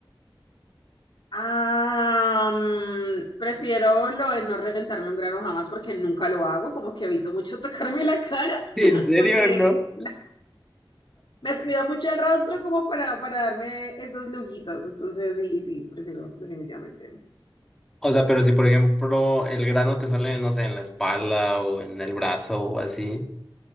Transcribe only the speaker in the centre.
¿En
serio,
no?
O sea, pero si por ejemplo el grano te sale, no sé, en la espalda o en el brazo o así,